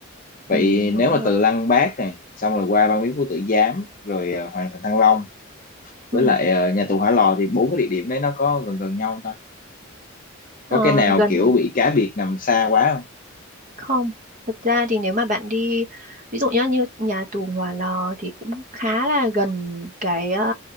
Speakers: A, on the left (about 40°); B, on the right (about 40°).
A: vậy
B: ừ, đúng
A: nếu mà
B: rồi
A: từ Lăng Bác này xong rồi qua Văn Miếu Quốc Tử Giám rồi ờ, Hoàng thành Thăng Long với
B: ừ.
A: lại ờ, nhà tù Hỏa Lò thì bốn cái địa điểm đấy nó có gần gần nhau không ta có
B: Ờ,
A: cái nào
B: gần
A: kiểu bị cá biệt nằm xa quá không
B: không thật ra thì nếu mà bạn đi ví dụ nhá như nhà tù Hỏa Lò thì cũng khá là gần cái ờ,